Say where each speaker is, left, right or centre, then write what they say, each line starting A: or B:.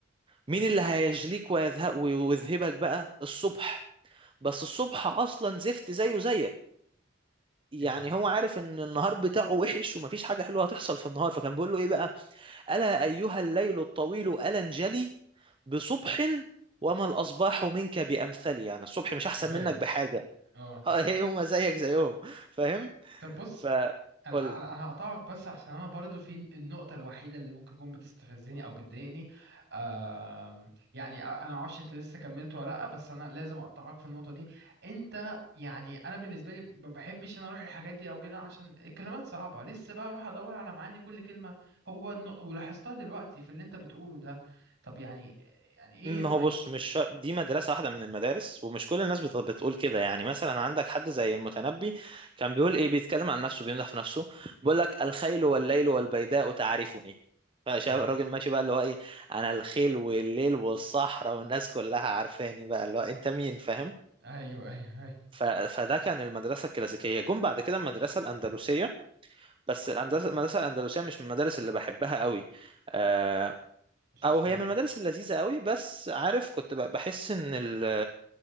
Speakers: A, on the right; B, on the right.
A: مين
B: مم.
A: اللي هيجليك ويذهب ويذهبك بقى الصبح بس الصبح اصلا زفت زيه زيك يعني
B: ايه ده
A: هو عارف ان النهار بتاعه وحش ومفيش حاجه حلوه هتحصل في النهار فكان بيقول له ايه بقى ألا أيها الليل الطويل ألا انجلي بصبح وما الأصباح منك بأمثلي يعني الصبح مش أحسن
B: زيك
A: منك بحاجة
B: اه
A: <laughs> اه هي هما زيك زيهم فاهم
B: طب بص
A: فقول
B: انا
A: لي
B: انا أنا هقطعك بس عشان انا برضو في النقطه الوحيده اللي ممكن تكون بتستفزني او بتضايقني آم، يعني انا ما اعرفش انت لسه كملت ولا لا بس انا لازم اقطعك في النقطه دي انت يعني انا بالنسبه لي ما بحبش ان اروح الحاجات دي او كده عشان الكلمات صعبه لسه بقى اروح ادور على معاني كل كلمه هو الن- ولاحظتها دلوقتي في اللي انت بتقوله ده طب يعني يعني ايه
A: ما
B: طيب
A: هو بص مش شر... دي مدرسة واحدة من المدارس ومش كل الناس بت... بتقول كده يعني مثلا عندك حد زي المتنبي كان بيقول ايه بيتكلم عن نفسه بيمدح في نفسه بيقول لك الخيل والليل والبيداء تعرفني فشاف
B: اه
A: الراجل ماشي بقى اللي هو ايه انا الخيل والليل والصحراء والناس كلها عارفاني بقى اللي هو انت مين فاهم
B: ايوه ايوه ايوه
A: ف... فده كان المدرسة الكلاسيكية جم بعد كده المدرسة الأندلسية بس الأندلسة المدرسة الأندلسية مش من المدارس اللي بحبها قوي آه،
B: اشمعنى
A: أو هي من المدارس اللذيذة قوي بس عارف كنت ب- بحس إن ال...